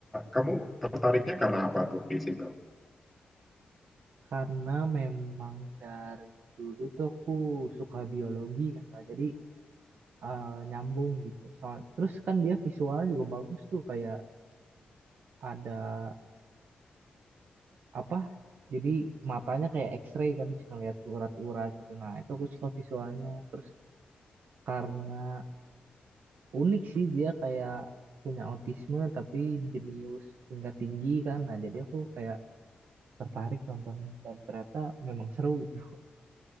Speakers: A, in the centre; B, on the right.
A: kamu tertariknya karena apa tuh di situ?
B: Karena memang dari dulu tuh aku suka biologi kan, Kak. jadi eh, nyambung gitu. Soal, terus kan dia visualnya juga bagus tuh, kayak ada apa? Jadi matanya kayak X-ray kan bisa ngeliat urat-urat gitu. Nah itu aku suka visualnya. Terus karena unik sih dia kayak punya autisme tapi jenius tingkat tinggi kan. Nah jadi aku kayak tertarik nonton dan ternyata memang seru gitu.